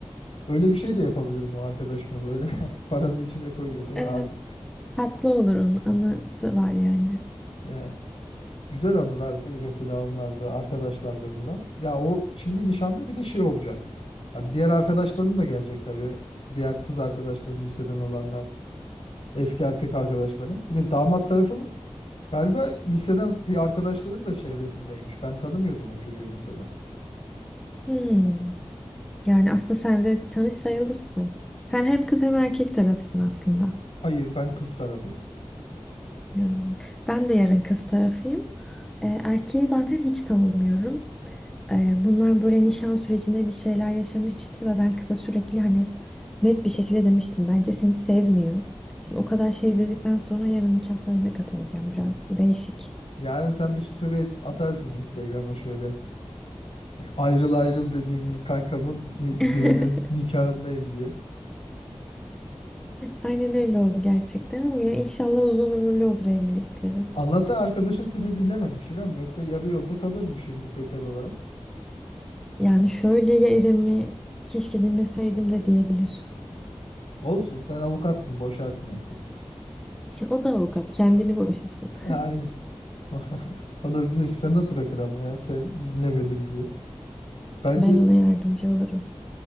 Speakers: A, on the left (about 65°); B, in the centre.
A: Öyle bir şey de yapabilirim o arkadaşıma böyle <laughs> paranın içine koyuyor değil
B: evet.
A: mi? Hadi.
B: Tatlı olur onun anısı var yani.
A: Yani güzel anılardı mesela onlar da arkadaşlarla falan. Ya o şimdi nişanda bir de şey olacak. Ya bir diğer arkadaşlarım da gelecek tabii. Diğer kız arkadaşlarım liseden olanlar. Eski erkek arkadaşlarım. Bir de damat tarafının galiba liseden bir arkadaşların da çevresindeymiş. Ben tanımıyordum o çocuğu mesela.
B: Hmm. Yani aslında sen de tanış sayılırsın. Sen hem kız hem erkek tarafısın aslında.
A: Hayır ben kız tarafıyım.
B: Ya. Ben de yarın kız tarafıyım. Ee, erkeği zaten hiç tanımıyorum. Ee, bunlar böyle nişan sürecinde bir şeyler yaşamıştı ve ben kıza sürekli hani net bir şekilde demiştim. Bence seni sevmiyor. Şimdi o kadar şey dedikten sonra yarın nikahlarına katılacağım biraz. Değişik.
A: Yarın sen bir story at- atarsın Instagram'a şöyle. Ayrıl ayrıl dediğimin kankamın ni-
B: <laughs>
A: düğünün nikahındayım diye.
B: Aynen öyle oldu gerçekten ama ya inşallah uzun ömürlü olur evlilikleri.
A: Allah'tan arkadaşın seni dinlememiş İrem. Yoksa yarı yolda kalırmış şimdi bekar olarak.
B: Yani şöyle ya İrem'i keşke dinleseydim de diyebilir.
A: Olsun sen avukatsın boşarsın en kötü.
B: <laughs> O da avukat kendini boşasın.
A: <laughs> Aynen. <laughs> Olabilir sana bırakır ama ya sen dinlemedim diye. Bence
B: Ben ona yardımcı olurum.